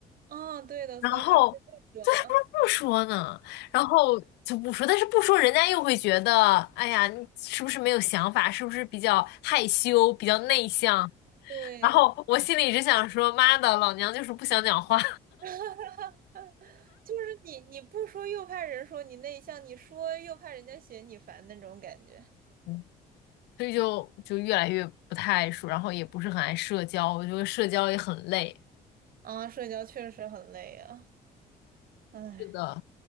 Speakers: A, on the right; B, on the left.
A: 嗯，对的，
B: 然后
A: 所以还不是最热呢。
B: 对，还不如不说呢，然后就不说，但是不说人家又会觉得，哎呀，你是不是没有想法，是不是比较害羞，比较内向？
A: 对，
B: 然后我心里只想说，妈的，老娘就是不想讲话。
A: <laughs> 就是你你不说又怕人说你内向，你说又怕人家嫌你烦那种感觉。
B: <laughs> 所以就就越来越不太爱说，然后也不是很爱社交，我觉得社交也很累。
A: 啊，社交确实很累啊，唉，
B: 呃。